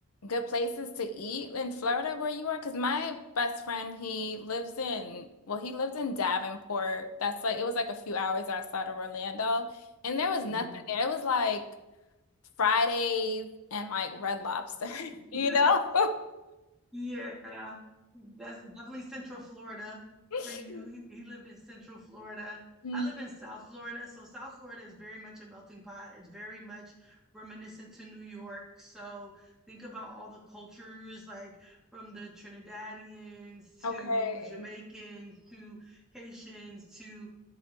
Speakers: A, on the left; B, in the centre.
A: good places to eat in Florida where you are? Because my best friend, he lives in, well, he lived in Davenport. That's like it was like a few hours outside of Orlando, and there was nothing
B: Mhm.
A: there. It was like Fridays and like Red Lobster,
B: <laughs>
A: <laughs> you know?
B: Yeah, that's definitely Central Florida
A: <laughs>
B: for you. He, he lived in Central Florida.
A: Mhm.
B: I live in South Florida, so South Florida is very much a melting pot. It's very much reminiscent to New York. So think about all the cultures, like from the Trinidadians
A: Okay.
B: to Jamaicans to Haitians to